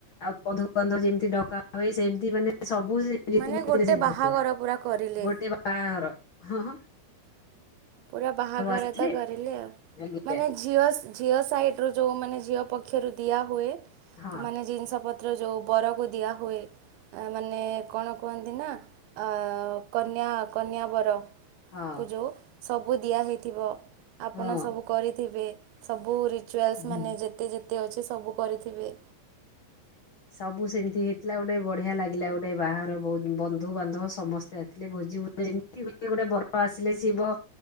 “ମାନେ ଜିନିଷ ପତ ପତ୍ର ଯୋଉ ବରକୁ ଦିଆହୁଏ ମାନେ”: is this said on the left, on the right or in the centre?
Right